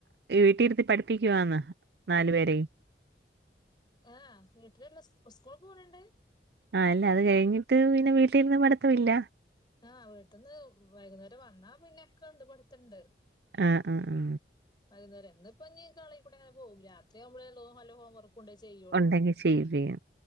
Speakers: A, on the right; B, on the left.
A: വീട്ടിരുത്തി പഠിപ്പിക്കുവാന്നോ നാലു പേരെയും
B: ആഹ് വീട്ടിലിരുന്ന് സ്കൂള് പോണണ്ട്
A: ആഹ് അല്ല അത് കഴിഞ്ഞിട്ട് പിന്നെ വീട്ടീരുന്ന് പഠിത്തവില്ലാ
B: ആഹ് വീട്ട്ന്ന് വൈകുന്നേരം വന്നാ പിന്നെ ഒക്കെ ഉണ്ട് പഠിത്തണ്ട്
A: ആഹ് ആഹ് ആഹ്
B: വൈകുന്നേരം ഇന്ന്പ്പഞ്ഞി കളികൂടെ ഇങ്ങനെ പോവും രാത്രിയാവുമ്പളെ ഇള്ളൂ വല്ല ഹോംവർക്ക് ക്കുണ്ടെ ചെയ്യും
A: ഒണ്ടെങ്കി ചെയ്യും ചെയ്യും